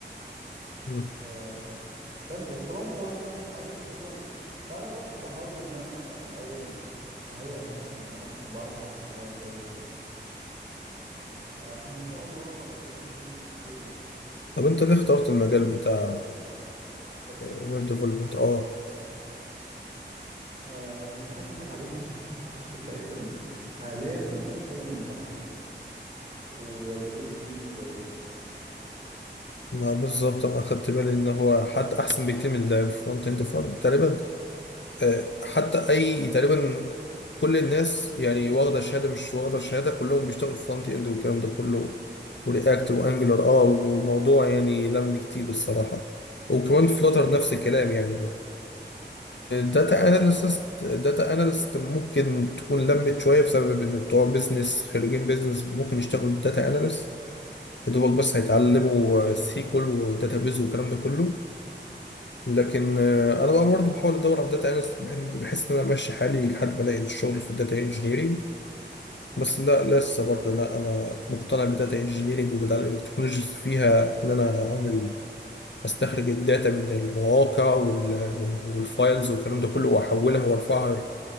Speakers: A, on the left (about 75°); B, on the right (about 40°).
A: مم.
B: آه، بس بس طالما بتعرف تعمل حاجة بتلاقي فانا بس بحاول ان انا الاول اهيئ نفسي ان انا اكون بعرف اعمل الحاجة كويس جدا وعشان ان شاء الله ربنا يكرمني بالخير يعني
A: طب انت ليه اخترت المجال بتاع
B: لكن
A: ويب ديفلوبمنت اه
B: أه مش هكدب عليك انا اخترته <laughs> عشان لقيت ان حاليا سوقه منفتح والفلوس فيه كويسة
A: ما بالظبط انا اخدت بالي ان هو حتى احسن بكتير من الفرونت اند فرونت تقريبا آه، حتى اي تقريبا كل الناس يعني واخده شهاده مش واخده شهاده كلهم بيشتغلوا في فرونت اند والكلام ده كله
B: بالظبط
A: ورياكت وانجلر اه والموضوع يعني لم كتير الصراحه وكمان فلاتر نفس الكلام يعني برضه داتا
B: انت عارف
A: اناليست داتا اناليست ممكن تكون لمت شويه بسبب ان بتوع بيزنس خريجين بيزنس ممكن يشتغلوا داتا اناليست يا دوبك بس
B: مم.
A: هيتعلموا سيكول وداتا بيز والكلام ده كله لكن آه، انا بقى برضه بحاول ادور على الداتا اناليست بحيث ان انا امشي حالي لحد ما الاقي الشغل في الداتا انجينيرنج
B: مم.
A: بس لا لسه برضه لا انا مقتنع بالداتا انجينيرنج وبالتكنولوجيز فيها ان انا اعمل استخرج الداتا من المواقع وال- وال- والفايلز والكلام ده كله واحولها وارفعها